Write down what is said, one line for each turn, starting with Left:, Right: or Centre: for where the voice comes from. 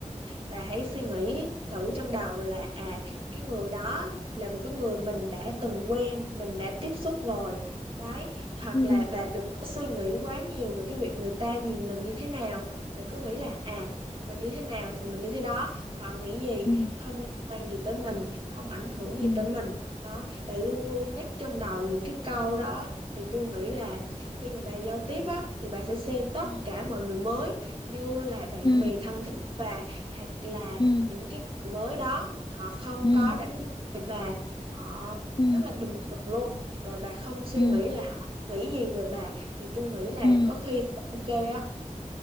Right: bà hãy suy nghĩ thử trong đầu là à cái người đó là một cái người mình đã từng quen, mình đã tiếp xúc rồi. Đấy, hoặc
Left: ừ
Right: là bà đừng có suy nghĩ quá nhiều về cái việc người ta nhìn mình như thế nào. Bà cứ nghĩ là à mình như thế nào thì mình như thế đó, họ nghĩ gì
Left: ừ
Right: không liên quan gì tới mình, không ảnh hưởng
Left: ừ
Right: gì tới mình. Đó, bà luôn luôn nhắc trong đầu những cái câu đó thì tôi nghĩ là khi mà bà giao tiếp á thì bà sẽ xem tất
Left: ừ
Right: cả mọi người mới như là bạn
Left: ừ
Right: bè thân thiết của bà hoặc là
Left: ừ
Right: những cái người mới đó họ không
Left: ừ
Right: có đánh giá về bà họ
Left: ừ
Right: rất là bình thường luôn rồi bà không suy
Left: ừ
Right: nghĩ là họ nghĩ gì về bà thì tôi nghĩ là
Left: ừ
Right: có khi sẽ ok á